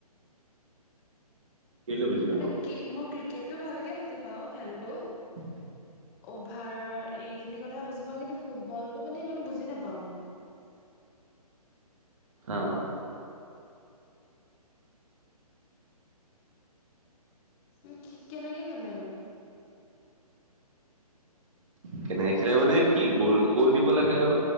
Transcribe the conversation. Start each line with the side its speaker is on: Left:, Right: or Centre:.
Right: কেলে বুজি নাপাওঁ
Left: মানে কি মই ক্ৰিকেটটো ভালকে বুজি পাও খেলতো।
Right: <unintelligible>
Left: অভাৰ এইখিনি কথা বুজি পাওঁ কিন্তু ফুটবলটো মানে ইমান বুজি নাপাওঁ মানে। <unintelligible>
Right: আহ,
Left: উ কি কেনেকে খেলে মানে?
Right: কেনেকে খেলে মানে কি গ'ল গ'ল দিব লাগে আৰু